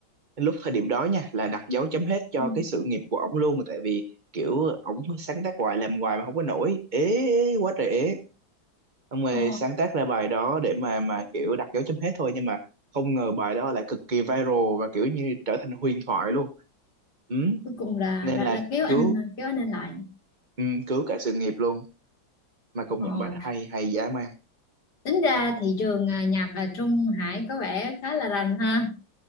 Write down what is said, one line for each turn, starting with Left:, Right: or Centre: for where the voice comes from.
Right: lúc thời điểm đó nha là đặt dấu chấm hết cho
Left: ừ,
Right: cái sự nghiệp của ổng luôn tại vì kiểu ổng sáng tác hoài làm hoài mà không có nổi ế quá trời ế xong rồi
Left: ờ
Right: sáng tác ra bài đó để mà mà kiểu đặt dấu chấm hết thôi nhưng mà không ngờ bài đó lại cực kỳ viral và kiểu như trở thành huyền thoại luôn ừ,
Left: cuối cùng là
Right: nên
Left: đã,
Right: là
Left: đã kéo anh
Right: cứu
Left: kéo anh lên lại
Right: ừ, cứu cả sự nghiệp luôn mà công
Left: ờ
Right: nhận bài đó hay hay dã man
Left: tính ra thị trường à, nhạc ở Trung Hải có vẻ khá là rành ha